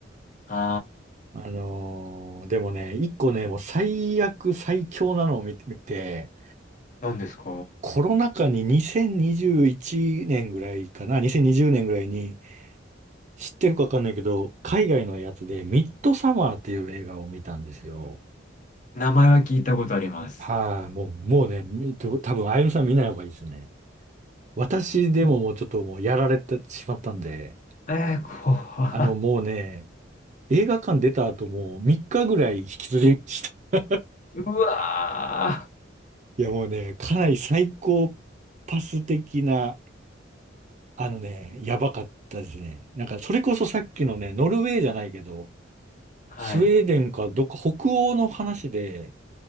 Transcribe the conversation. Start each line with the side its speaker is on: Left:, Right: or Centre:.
Left: あ
Right: あのーでもね、一個ね、もう最悪、最強なのを見て、見て
Left: ー、何ですか
Right: コロナ禍に2021年ぐらいかな、2020年ぐらいに、知ってるかわかんないけど、海外のやつで、ミッドサマーっていう映画を見たんですよ。
Left: 名前は聞いたことあります。
Right: はい、もう、もうね、み多分、あゆむさん見ない方がいいですね。私でももうちょっともうやられてしまったんで、
Left: うえー、こ
Right: あの、もうね、映画館出た後もう3日ぐらい引きずりました。
Left: うわ
Right: いや、もうね、かなり最高パス的な、あのね、やばかったですね。なんか、それこそさっきのね、ノルウェーじゃないけど、
Left: ー。はい。
Right: スウェーデンかどっか北欧の話で、